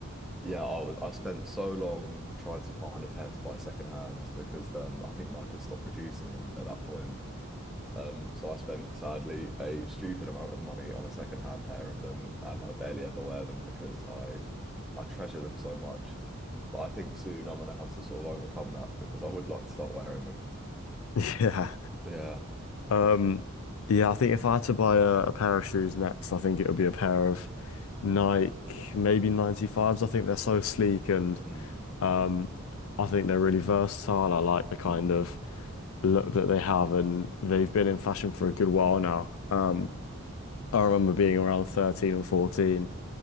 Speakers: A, in the centre; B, on the left.
A: Yeah, I was, I spent so long trying to find a pair to buy secondhand because um, I think Nike had stopped producing them at that point. Um, so I spent sadly a stupid amount of money on a secondhand pair of them, and I barely ever wear them because I I treasure them so much. But I think soon I'm gonna have to sort of overcome that because I would like to start wearing them.
B: <laughs> yeah.
A: Yeah.
B: Um, yeah, I think if I had to buy a, a pair of shoes next, I think it would be a pair of Nike, maybe 95s. I think they're so sleek and
A: Mm,
B: um, I think they're really versatile. I like the kind
A: mhm,
B: of look that they have, and they've been in fashion for a good while now. Um,
A: mm,
B: I remember being around 13 and 14.